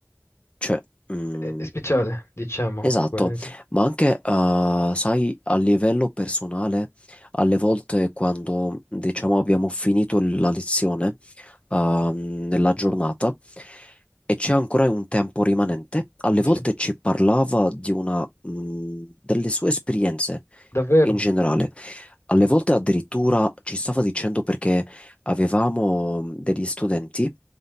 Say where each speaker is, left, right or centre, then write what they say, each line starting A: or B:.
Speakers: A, on the left; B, on the left.
A: cioè, mm,
B: È è speciale, diciamo,
A: Esatto,
B: quello
A: ma anche, eh, sai, a livello personale, alle volte quando, diciamo, abbiamo finito la lezione, ehm, nella giornata e c'è ancora un tempo rimanente, alle volte
B: Sì,
A: ci parlava di una, mh, delle sue esperienze
B: davvero?
A: in generale. Alle volte addirittura ci stava dicendo perché avevamo mhmm, degli studenti